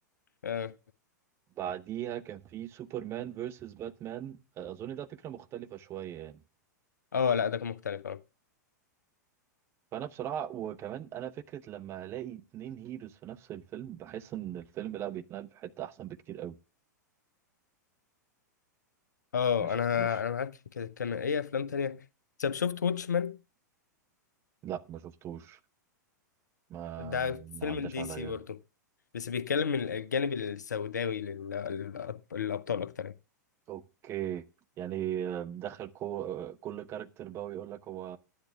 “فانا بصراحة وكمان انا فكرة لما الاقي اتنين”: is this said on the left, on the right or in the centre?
Right